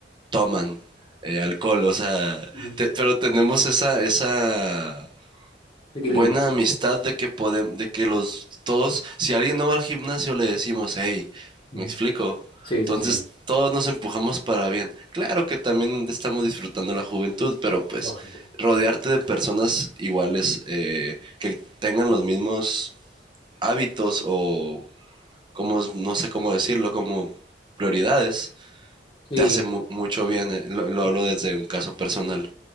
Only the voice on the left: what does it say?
Ujú.
Equilibrio.
Ujú.
Sí,
sí, sí.
Lógico.
Sí,